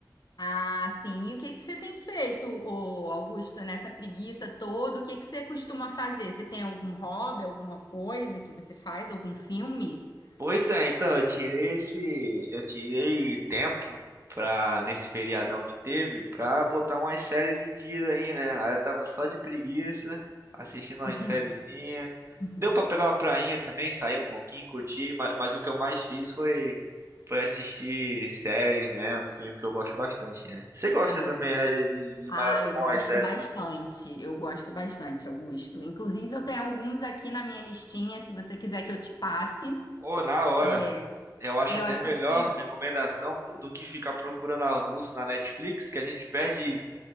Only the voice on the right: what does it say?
Pois é, então eu tirei esse, eu tirei tempo pra nesse feriadão que teve pra botar umas séries em dia aí, né? Aí eu tava só de preguiça, assistindo umas
sériezinha.
Deu pra pegar uma prainha também, sair um pouquinho, curtir, mas, mas o que eu mais fiz foi foi assistir séries mesmo, filme que eu gosto bastante, né? Você gosta
também, né, de, de, de
maratonar
umas séries?
Ou na hora.
Eu acho
até
melhor recomendação do que ficar procurando avulso na Netflix, que a gente perde